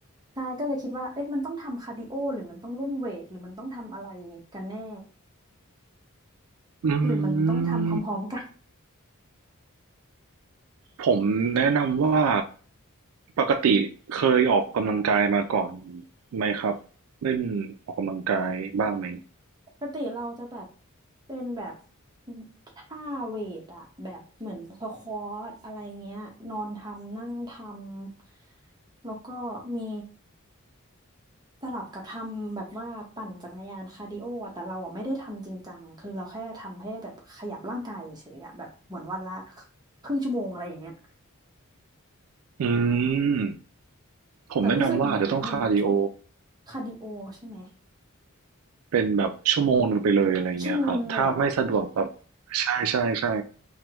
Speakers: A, on the right; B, on the right.
A: ใช่ก็เลยคิดว่าเอ๊ะมันต้องทำคาร์ดิโอหรือมันต้องเล่นเวทหรือมันต้องทำอะไรกันแน่
B: อื
A: หรือมันต้องทำพร้อมๆกัน
B: ม ผมแนะนำว่าปกติเคยออกกำลังกายมาก่อนไหมครับเล่นออกกำลังกายบ้างไหม
A: <laughs> ปกติเราจะแบบเป็นแบบท่าเวทอะแบบเหมือนสควอตอะไรเงี้ยนอนทำนั่งทำแล้วก็มี สลับกับทำแบบว่าปั่นจักรยานคาร์ดิโออะแต่เราอ่ะไม่ได้ทำจริงจังคือเราแค่ทำให้แบบขยับร่างกายเฉยอะแบบเหมือนวันละครึ่งชั่วโมงอะไรอย่างเงี้ย
B: อืมผมแนะนำว่าอาจจะต้องคาร์ดิโอ
A: แต่รู้สึกเหมือนว่ามันคาร์ดิโอใช่ไหม
B: เป็นแบบชั่วโมงหนึ่งไปเลยอะไรเงี้ยครับถ้าไม่สะดวกแบบ
A: ชั่วโมงนึงเลยเหรอ
B: ใช่ใช่ใช่